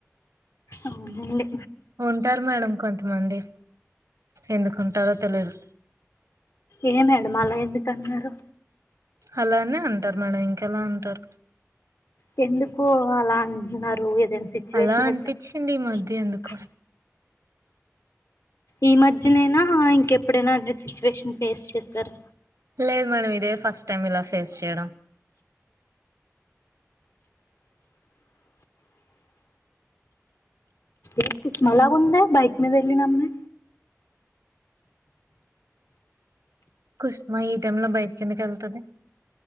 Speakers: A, on the left (about 80°); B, on the right (about 85°).
A: అవు మడి
B: ఉంటారు మేడం కొంతమంది ఎందుకుంటారో తెలిదు
A: ఏ మేడం అలా ఎందుకున్నారు
B: అలానే ఉంటారు మేడం ఇంకెలా ఉంటారు
A: అ ఎందుకు అలా అంటున్నారు ఏదైనా సిచ్యువేషన్
B: అలా అనిపించింది
A: అయితే
B: ఈ మధ్య
A: స
B: ఎందుకో
A: ఈ మధ్యనైనా ఇంకెప్పుడైనా అ సిచ్యువేషన్ ఫేస్ చేస్తారు
B: లేదు మేడం ఇదే ఫస్ట్ టైం ఇలా ఫేస్ చేయడం
A: ఇ కుస్మలా గు ఉందే బైక్ మీద వెళ్లినప్పుమే
B: కుస్మా ఈ టైం లో బయట ఎందుకు వెళ్తుది